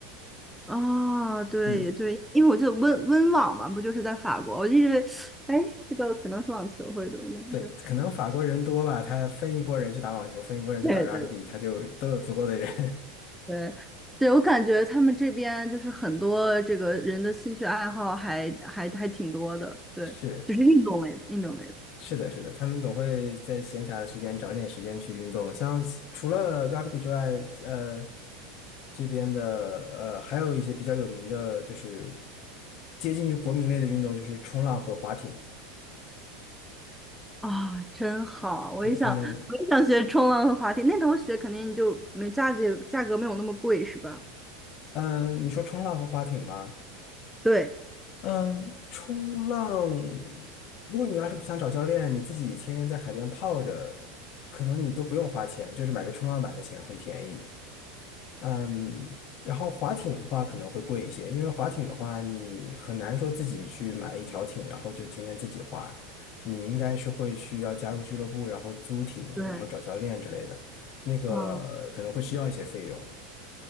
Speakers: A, in the centre; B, on the left.
A: 啊，对对，
B: 嗯，
A: 因为我记得温温网嘛，不就是在法国？我就一直，哎，这个可能是网球会多一点。
B: 对，
A: 对，
B: 可能法国人多吧，他分一拨人去打网球，分一拨人去打
A: 对对
B: rugby，他就都有足够的人。
A: 对，对，我感觉他们这边就是很多这个人的兴趣爱好还还还挺多的，对，
B: <laughs> 是
A: 就是运动类的，运动类的
B: 是的，是的，他们总会在闲暇的时间找点时间去运动。像除了 rugby 之外，呃，这边的呃还有一些比较有名的，就是接近于国民类的运动，就是冲浪和划艇。
A: 啊，真好！我也想，
B: 对，他们
A: 我也想学冲浪和滑梯，那头学肯定就没价格价格没有那么贵，是吧？
B: 嗯，你说冲浪和划艇吗？
A: 对
B: 嗯，冲浪，如果你要是不想找教练，你自己天天在海边泡着，可能你都不用花钱，就是买个冲浪板的钱，很便宜。嗯，然后划艇的话可能会贵一些，因为划艇的话你很难说自己去买一条艇，然后就天天自己划，你应该是会去要加入俱乐部，然后租艇，
A: 对，
B: 然后找教练之类的，那个可能会需要一些费用。
A: 嗯，